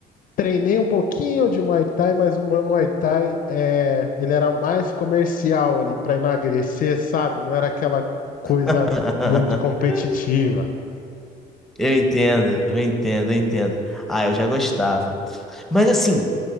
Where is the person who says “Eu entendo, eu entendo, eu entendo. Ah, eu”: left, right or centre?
Centre